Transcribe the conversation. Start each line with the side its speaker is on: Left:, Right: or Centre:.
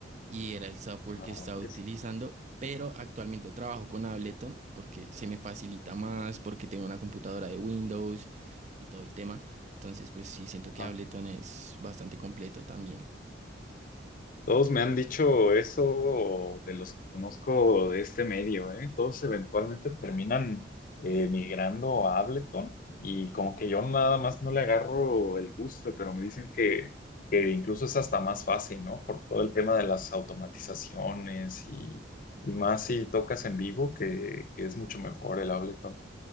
Right: y era el software
Left: Ah,
Right: que estaba
Left: ok.
Right: utilizando, pero actualmente trabajo con Ableton porque se me facilita más, porque tengo una computadora de Windows y todo el tema. Entonces, pues sí, siento que
Left: Ajá.
Right: Ableton es bastante completo también.
Left: Todos me han dicho eso de los que conozco de este medio, ¿eh? Todos eventualmente terminan eh, migrando a Ableton y como que yo nada más no le agarro el gusto, pero me dicen que, que incluso es hasta más fácil, ¿no? Por todo el tema de las automatizaciones y, y más si tocas en vivo, que, que es mucho mejor el Ableton.